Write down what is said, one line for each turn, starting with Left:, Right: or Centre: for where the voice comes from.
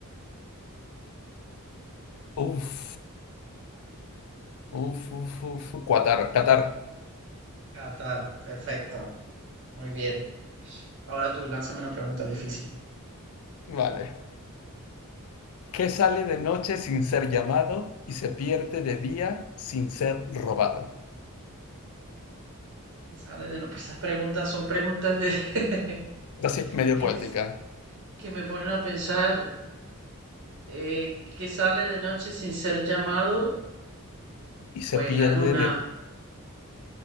Left: Uf. Uf, uf, uf. Qatar, Qatar.
Right: Qatar, perfecto. Muy bien. Ahora tú, lánzame una pregunta difícil.
Left: Vale. ¿Qué sale de noche sin ser llamado y se pierde de día sin ser robado?
Right: ¿Qué sale de no? Esas preguntas son preguntas de <laughs>
Left: Esta sí es medio
Right: que,
Left: poética.
Right: es- que me ponen a pensar. Eh, ¿qué sale de noche sin ser llamado?
Left: y se
Right: Pues
Left: pierde
Right: la luna.
Left: de...